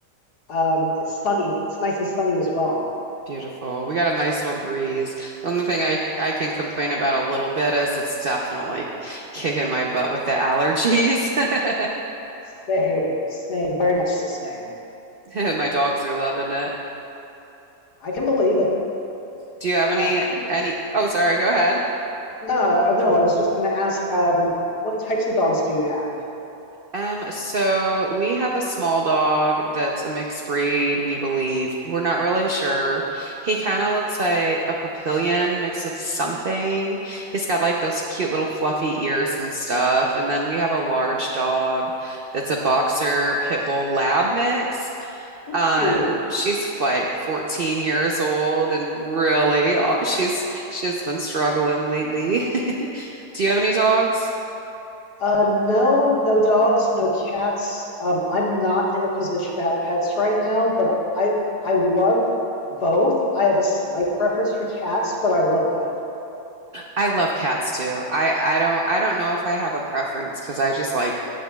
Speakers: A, on the left; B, on the right.
A: Um, it's sunny. It's nice and sunny as well.
B: Beautiful. We got a nice little breeze. The only thing I I can complain about a little bit is it's definitely kicking my butt with the allergies. <laughs>
A: Same, same, very much the same.
B: My dogs are loving it.
A: I can believe it.
B: Do you have
A: Uh,
B: any
A: how many?
B: any Oh, sorry, go ahead.
A: No, uh, no. I was just going to ask, um, what types of dogs do you have?
B: Um, so we have a small dog that's a mixed breed, we believe. We're not really sure. He kind of looks like a papillion mixed with something. He's got like those cute little fluffy ears and stuff. And then we have a large dog that's a boxer pit bull lab mix.
A: Ooh.
B: Um, she's like 14 years old and really, uh, she's she's been struggling lately. <laughs> Do you have any dogs?
A: Uh, no, no dogs, no cats. Um, I'm not in a position to have pets right now, but I I love both. I have a slight preference for cats, but I love both.
B: I love cats too. I I don't I don't know if I have a preference because I just like